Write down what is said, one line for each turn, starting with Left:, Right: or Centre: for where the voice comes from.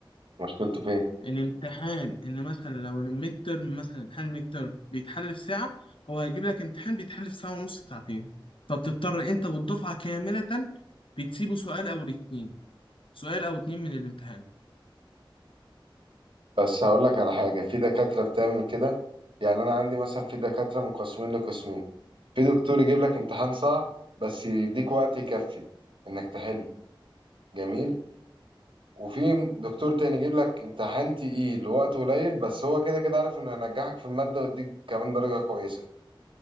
Right: مشكلته فين
Left: إن امتحان إن مثلا لو الميد ترم مثلا امتحان الميد ترم بيتحل في ساعة هو هيجيب لك امتحان بيتحل في ساعة ونص ساعتين فبتضطر أنت والدفعة كاملة بتسيبه سؤال أو اتنين سؤال أو اتنين من الامتحان
Right: بس هقول لك على حاجة في دكاترة بتعمل كده يعني أنا عندي مثلا في دكاترة من قسمين لقسمين في دكتور يجيب لك امتحان صعب بس يديك وقت يكفي إنك تحله جميل وفي دكتور تاني يجيب لك امتحان تقيل وقت قليل بس هو كده كده عارف إنه ينجحك في المادة ويديك كمان درجة كويسة